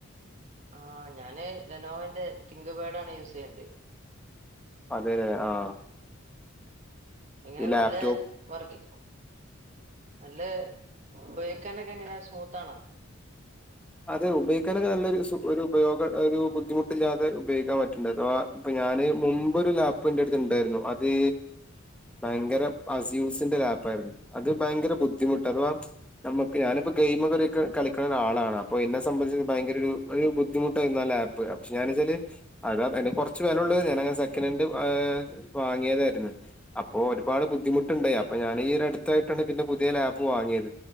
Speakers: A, on the right; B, in the centre.
A: ആഹ് ഞാന് ലെനോവ ൻ്റെ തിങ്ക് പാഡ് ആണ് യൂസ് ചെയ്യുന്നുണ്ട്
B: അതേല്ലെ ആഹ്
A: എങ്ങനെ
B: ഈ ലാപ്ടോപ്പ്
A: നല്ല വർക്കി നല്ല ഉപയോഗിക്കാനൊക്കെ എങ്ങനെ സ്മൂത്ത് ആണോ
B: അത് ഉപയോഗിക്കാനൊക്കെ നല്ലൊരു സൂ ഒരു ഉപയോഗ ഒരു ബുദ്ധിമുട്ടില്ലാതെ ഉപയോഗിക്കാൻ പറ്റ്ണ്ട് ഇപ്പൊ ഞാൻ മുൻപൊരു ലാപ്ടോപ്പ് എൻ്റടുത്ത് ഇണ്ടായിരുന്നു അത് ഭയങ്കര അസൂസ് ൻ്റെ ലാപ് ആയിരുന്നു അത് ഭയങ്കര ബുദ്ധിമുട്ട് അതവ നമുക്ക് ഞാനിപ്പോ ഗെയിമൊക്കെ <unintelligible> കളിക്കുന്ന ഒരാളാണ് അപ്പോ എന്നെ സംബന്ധിച്ച് ഭയങ്കര ഒരു ഒരു ബുദ്ധിമുട്ടായിരുന്നു ആ ലാപ്പ് പക്ഷെ ഞാൻ വെച്ചാല് അത് അതിന് കുറച്ച് വിലയേ ഉള്ളൂ ഞാനത് സെക്കൻഡ് ഹാൻഡ് വാങ്ങിയതായിരുന്നു അപ്പോ ഒരുപാട് ബുദ്ധിമുട്ടുണ്ടായി അപ്പൊ ഞാൻ ഈ ഒരു അടുത്തായിട്ടാണ് പിന്നെ പുതിയ ലാപ്പ് വാങ്ങിയത്